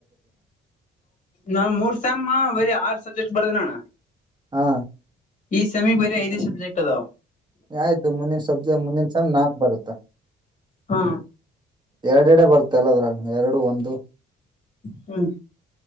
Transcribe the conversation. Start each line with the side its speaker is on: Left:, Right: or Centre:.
Left: ನಾ ಮೂರ್ ಸ್ಯಾಮ ಬರಿ ಆರ್ ಸಬ್ಜೆಕ್ಟ್ ಬರ್ದನಣ್ಣ
Right: ಹಾ
Left: ಈ ಸೆಮಿ ಬರ ಐದೇ ಸಬ್ಜೆಕ್ಟ್ ಅದಾವ
Right: ಆಯ್ತು ಮುಂದಿನ ಸಬ್ಜ ಮುಂದಿನ ಸಾಮ್ ನಾಕ್ ಬರುತ್ತ
Left: ಹಾ
Right: ಎರಡೆಡೆ ಬರ್ತ ಎಲ್ಲದ್ರಗ ಎರಡು ಒಂದು
Left: ಹ್ಮ್